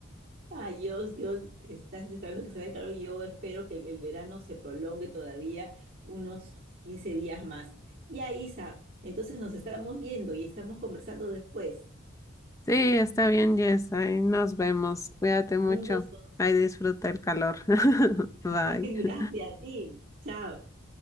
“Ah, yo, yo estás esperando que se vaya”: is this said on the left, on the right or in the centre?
Right